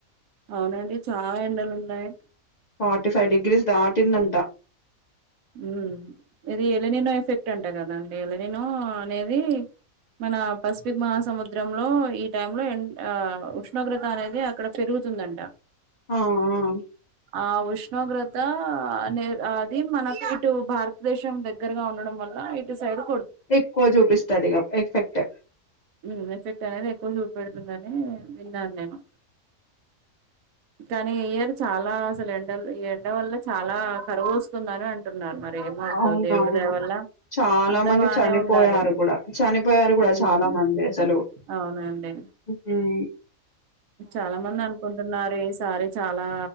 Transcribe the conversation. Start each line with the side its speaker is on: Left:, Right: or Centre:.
Right: అవునండి చాలా ఎండలు ఉన్నాయి
Left: ఫార్టీ ఫైవ్ డిగ్రీస్ దాటిందంట
Right: మ్మ్ ఇది ఎలినినో ఎఫెక్ట్ టెంట గదా అంటే <unintelligible> అనేది మన పసిఫిక్ మహాసముద్రంలో ఈ టైమ్ లో ఎన్ ఆ ఉష్ణోగ్రత అనేది అక్కడ పెరుగుతుందంట.
Left: ఆ ఆ
Right: ఆ ఉష్ణోగ్రత అనే అది మనక్ ఇటు భారతదేశం దగ్గరగా ఉండడం వల్ల ఇటు సైడు
Left: ఎక్కువ జూపిస్తదిగ ఎఫెక్ట్
Right: మ్మ్ ఎఫెక్ట్ అనేది ఎక్కువ చూపెడుతుందని విన్నాను నేను కానీ ఇయర్ చాలా అసలు ఎండలు ఈ ఎండ వల్ల చాలా కరువు వస్తుందని అంటున్నారు మరి. ఏమవుద్దో
Left: అవునవును
Right: దేవుడి దయ వల్ల
Left: చాలా
Right: అంతా
Left: మంది
Right: బానే
Left: చనిపోయారు
Right: ఉండాలి
Left: కూడా చనిపోయారు కూడా
Right: ఉమ్
Left: చాలా మ ద సలవు
Right: అవునండి
Left: హ్మ్
Right: చాలా మంది అనుకుంటున్నారు ఈసారి చాలా